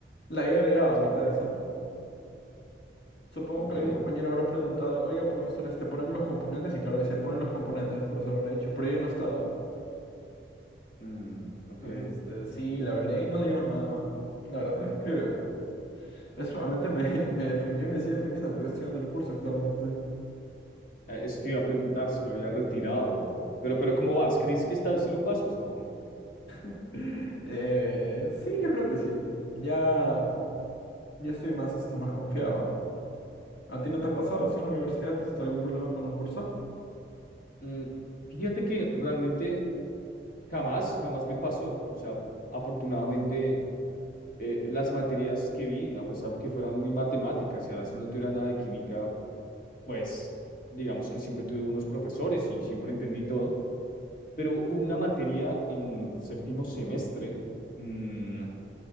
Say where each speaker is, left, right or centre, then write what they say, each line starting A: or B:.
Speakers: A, on the left; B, on the left.
A: la había agregado a
B: sí,
A: mitad del examen. Supongo
B: ok.
A: que algún compañero habrá preguntado, oiga, profesor, este, ponemos los componentes. Y claro, decía, ponen los componentes, el profesor habrá dicho, pero yo ya no estaba.
B: Mm, ok.
A: Entonces,
B: Eh,
A: este, sí, la hablé y no digo nada. La verdad es que Eso realmente me, <laughs> me deprimió y me sigue deprimiendo porque estoy dando el curso actualmente.
B: Eso te iba a preguntar si lo había retirado. Pero, pero ¿cómo vas? ¿Crees que esta vez sí lo pasas? O...
A: <laughs> Eh, sí, yo creo que sí. Ya, ya estoy más, este, más confiado. ¿A ti no te has pasado así en la universidad? ¿Tienes algún problema con un curso?
B: Mm, fíjate que realmente jamás, jamás me pasó. O sea, afortunadamente eh, las materias que vi, a pesar de que fueran muy matemáticas y a veces no tuviera nada de química, pues digamos que siempre tuve unos profesores y siempre entendí todo. Pero hubo una materia en séptimo semestre. mm,